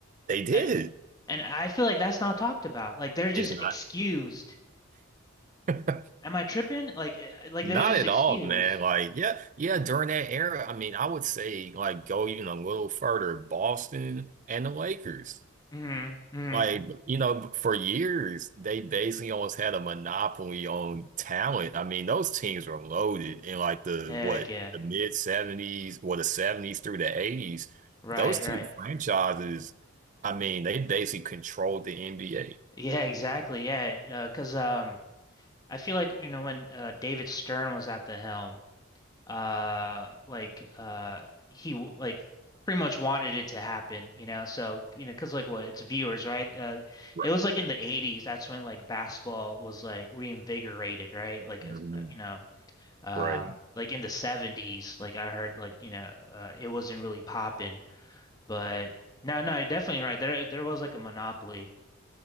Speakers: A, on the right; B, on the left.
A: They did.
B: A- And I feel like that's not talked about. Like they're just
A: It's not
B: excused.
A: <laughs>
B: Am I tripping? Like eh, eh, like
A: not
B: they're just
A: at
B: excused.
A: all, man. Like, yeah, yeah. During that era, I mean, I would say like go even a little further, Boston and the Lakers.
B: hmm hmm
A: Like, you know, for years, they basically almost had a monopoly on talent. I mean, those teams were loaded in like the
B: Heck
A: what,
B: yeah.
A: the mid 70s or the 70s through the 80s.
B: Right,
A: Those two
B: right.
A: franchises, I mean, they basically controlled the NBA.
B: Yeah, exactly. Yeah, Uh 'cause um I feel like, you know, when uh David Stern was at the helm, uh like uh he w- like pretty much wanted it to happen, you know. So, you know, 'cause like what, it's viewers, right? Uh
A: Right.
B: it was like in the 80s, that's when like basketball was like reinvigorated, right? Like
A: Mhm.
B: as- uh, you know, um
A: Right.
B: like in the 70s like I heard like you know uh, it wasn't really popping but no no you're definitely right there there was like a monopoly